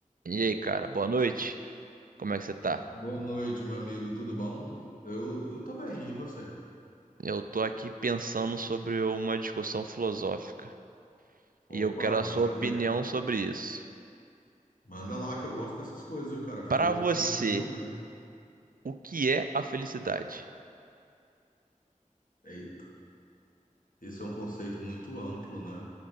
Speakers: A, on the right (about 85°); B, on the left (about 75°).
A: E aí, cara, boa noite. Como é que você tá?
B: Boa noite, meu amigo. Tudo bom? Eu, eu tô bem, e você?
A: Eu tô aqui pensando sobre uma discussão filosófica
B: Opa,
A: e eu quero a
B: manda
A: sua opinião
B: ver.
A: sobre isso.
B: Manda lá que eu gosto dessas coisas, viu, cara? Filosofia
A: Pra você,
B: é comigo mesmo.
A: o que é a felicidade?
B: Eita, isso é um conceito muito amplo, né?